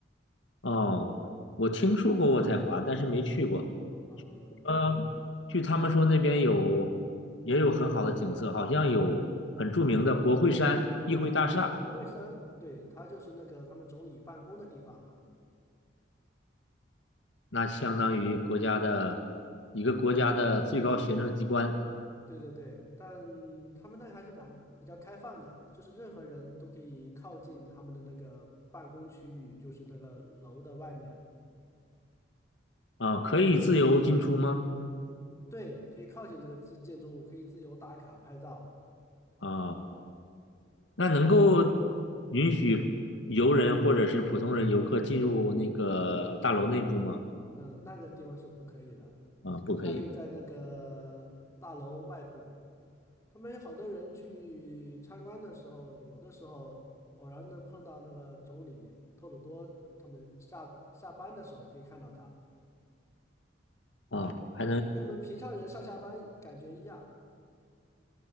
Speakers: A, on the left; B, on the left.
A: 哦，我听说过渥太华，但是没去过。
B: 嗯、
A: 呃，据他们说那边有也有很好的景色，好像有很著名的国会山、议会大厦，
B: 对，国会山，对，它就是那个他们总理办公的地方嘛。
A: 那相当于国家的一个国家的最高行政机关
B: 对对对，但他们那个还是蛮比较开放的，就是任何人都可以靠近他们的那个办公区域，就是那个楼的外面，
A: 啊，可以自由进出吗？
B: 对，可以靠近这个建建筑物，可以自由打卡拍照。
A: 啊、那能够允许游人或者是普通人游客进入那个大楼内部吗？
B: 嗯、呃那个地方是不可以的，
A: 啊，不可以
B: 他可以在那个大楼外部。他们有好多人去参观的时候、旅游的时候，偶然能碰到那个总理托鲁多，他们下下班的时候可以看到他
A: 啊，还能
B: 啊，就跟我们平常人上下班感觉一样。